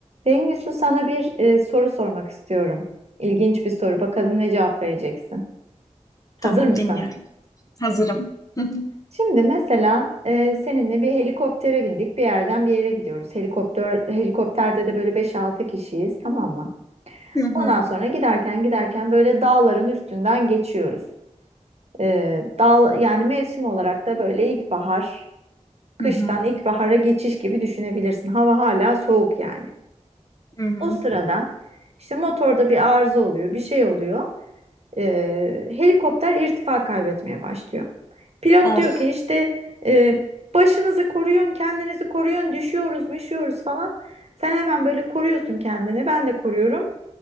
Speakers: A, on the right (about 55°); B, on the left (about 25°).
A: Bengüsü sana bir e, soru sormak istiyorum. İlginç bir soru. Bakalım ne cevap vereceksin. Hazır
B: Tamam
A: mısın?
B: dinliyorum. Hazırım. Hı hı.
A: Şimdi mesela e, seninle bir helikoptere bindik. Bir yerden bir yere gidiyoruz. Helikopter helikopterde de böyle beş altı kişiyiz, tamam mı?
B: Hı
A: Ondan
B: hı.
A: sonra giderken giderken böyle dağların üstünden geçiyoruz. E, dağ yani mevsim olarak da böyle ilkbahar, kıştan
B: Hı hı.
A: ilkbahara geçiş gibi düşünebilirsin. Hava hala soğuk yani.
B: Hı hı.
A: O sırada işte motorda bir arıza oluyor, bir şey oluyor. e, helikopter irtifa kaybetmeye başlıyor. Pilot
B: Of
A: diyor ki işte e, başınızı koruyun, kendinizi koruyun, düşüyoruz, müşüyoruz falan. Sen hemen böyle koruyorsun kendini, ben de koruyorum.